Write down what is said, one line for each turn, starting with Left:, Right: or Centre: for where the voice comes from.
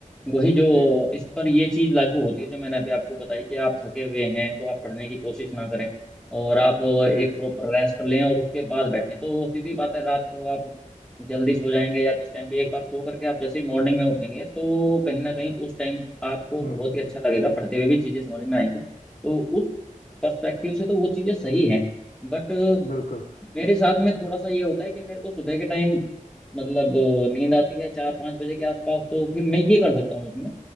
Centre: वही जो
Left: जी
Centre: इस पर ये चीज लागू होती है जो मैंने अभी आपको बताई कि आप थके हुए हैं तो आप पढ़ने की कोशिश ना करें और आप
Left: जी
Centre: एक प्रॉपर रेस्ट लें और उसके बाद बैठें तो सीधी बात है रात को आप जल्दी सो जाएंगे या जिस टाइम भी एक बार सो करके आप जैसे ही मॉर्निंग में उठेंगे तो कहीं ना कहीं उस टाइम आपको
Left: हम्म
Centre: बहुत
Left: हम्म
Centre: ही अच्छा लगेगा पढ़ते हुए भी चीजें समझ में आएंगी तो उस पर्सपेक्टिव से तो वो चीजें सही हैं बट
Left: बिल्कुल
Centre: मेरे साथ में थोड़ा सा ये होता है कि मेरे को सुबह के टाइम मतलब नींद आती है चार पाँच बजे के आसपास तो फिर मैं ये कर सकता हूँ उसमें